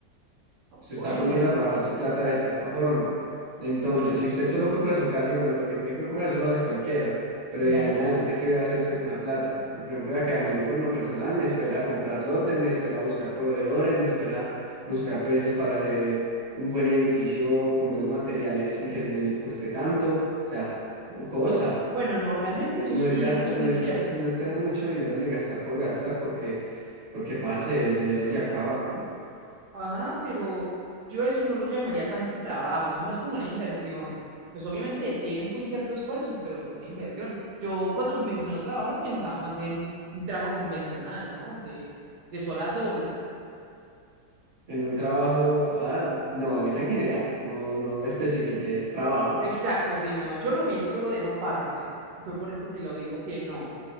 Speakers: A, on the right (about 75°); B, on the right (about 25°).
A: Ah,
B: Usted
A: Bueno,
B: está poniendo a trabajar su plata de cierta forma. Entonces,
A: bueno.
B: si usted solo
A: ujú,
B: compra su casa y bueno, lo que tiene que comprar, eso lo hace cualquiera. Pero
A: ujú.
B: de ahí en adelante, ¿qué va a hacer usted con la plata? Porque, por ejemplo, ya que a mí por lo personal me espera comprar lotes, me espera buscar proveedores, me espera buscar precios para hacer un buen edificio con buenos materiales sin que me cueste tanto. O sea, cosas.
A: Bueno, no, realmente
B: Eh,
A: eso
B: No
A: sí,
B: es gastar,
A: sí es muy
B: no es,
A: cierto.
B: no es tener mucho dinero ni gastar por gastar, porque, porque, parce, el dinero se acaba.
A: Ajá, pero yo eso no lo llamaría tanto trabajo, eso no es como una inversión. Pues obviamente de tiempo y cierto esfuerzo, pero una inversión. Yo cuando me mencionó trabajar pensaba más en un trabajo convencional, ¿no? De, de sol a sol. <laughs>
B: En un trabajo, ah, no, es en general, no, no especifique, es trabajo.
A: Exacto, sí, no, yo lo vi solo de esa parte. y Fue por esto que lo digo que no.